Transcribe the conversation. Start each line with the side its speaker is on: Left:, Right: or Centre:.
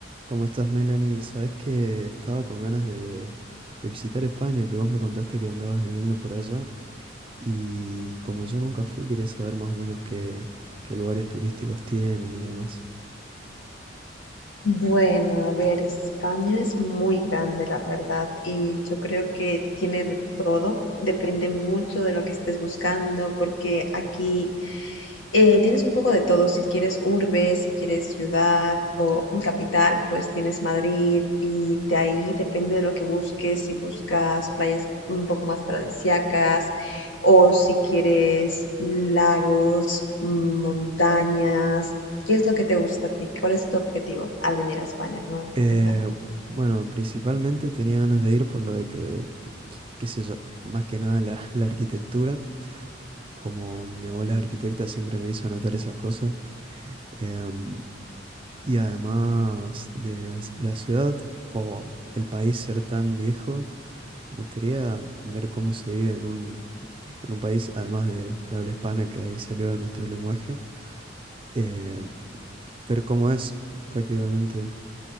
Right: ¿Cómo estás, Melanie? Sabes que estaba con ganas de, de visitar España, que vos me contaste que andabas viviendo por allá. Y como yo nunca fui, quería saber más o menos qué, qué lugares turísticos tienen y demás.
Left: Bueno, a ver, España es muy grande, la verdad, y yo creo que tiene de todo. Depende mucho de lo que estés buscando, porque aquí eh, tienes un poco de todo, si quieres urbe, si quieres ciudad o capital, pues tienes Madrid y de ahí depende de lo que busques, si buscas playas un poco más paradisíacas o si quieres lagos, mm, montañas, ¿qué es lo que te gusta a ti? ¿Cuál es tu objetivo al venir a España? Coméntame.
Right: Eh, bueno, principalmente tenía ganas de ir por lo de que, qué sé yo, más que nada la, <laughs> la arquitectura. Como mi abuela es arquitecta, siempre me hizo anotar esas cosas. Em, y además de al- la ciudad o el país ser tan viejo. Me gustaría ver cómo se vive en un, en un país, además de, de habla hispana, que ahí salió nuestro lenguaje, eh, ver cómo es prácticamente,